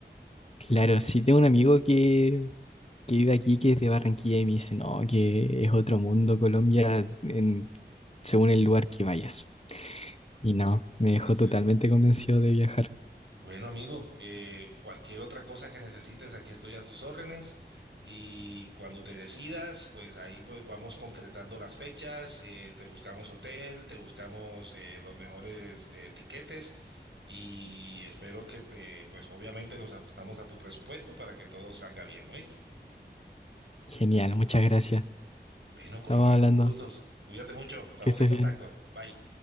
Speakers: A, on the left (about 35°); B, on the right (about 80°).
A: claro, sí tengo un amigo que que vive aquí, que es de Barranquilla, y me dice, no, que es otro mundo Colombia en- según el lugar que vayas. Y no, me dejó
B: Así
A: totalmente
B: es.
A: convencido de viajar.
B: Bueno, amigo, eh, cualquier otra cosa que necesites, aquí estoy a sus órdenes. Y cuando te decidas, pues ahí pues vamos concretando las fechas, eh, te buscamos hotel, te buscamos eh, los mejores eh, tiquetes y espero que te, pues obviamente nos ajustamos a tu presupuesto para que todo salga bien, ¿oíste?
A: Genial, muchas gracias.
B: Bueno, con
A: Estamos
B: el mayor
A: hablando,
B: de los gustos. Cuídate mucho, estamos
A: que estés
B: en contacto.
A: bien.
B: Bye.